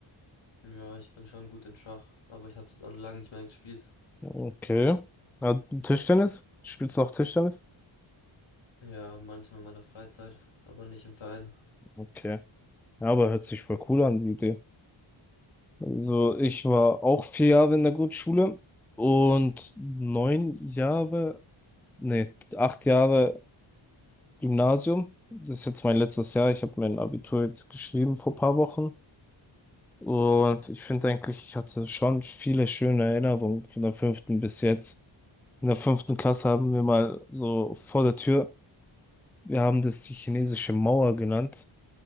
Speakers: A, on the left; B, in the centre.
A: ja, ich bin schon gut in Schach, aber ich habe es jetzt auch lange nicht mehr gespielt.
B: Okay. Ja, Tischtennis? Spielst du noch Tischtennis?
A: Ja, manchmal in meiner Freizeit, aber nicht im Verein.
B: Okay. Ja, aber hört sich voll cool an, die Idee. Also ich war auch vier Jahre in der Grundschule und neun Jahre, nee, acht Jahre Gymnasium. Das ist jetzt mein letztes Jahr. Ich habe mein Abitur jetzt geschrieben vor paar Wochen. Und ich finde eigentlich, ich hatte schon viele schöne Erinnerungen von der fünften bis jetzt. In der fünften Klasse haben wir mal so vor der Tür, wir haben das die chinesische Mauer genannt.